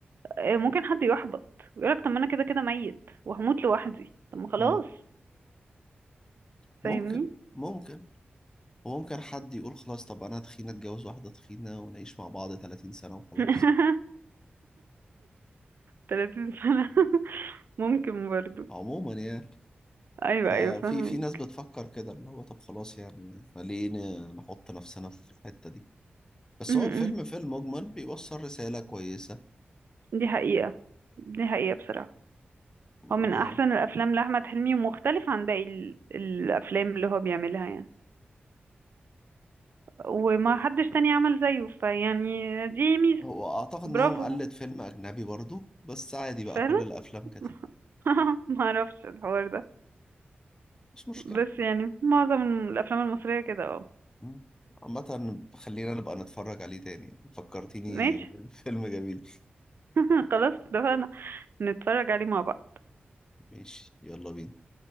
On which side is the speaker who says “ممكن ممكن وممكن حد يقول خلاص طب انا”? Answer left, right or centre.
Left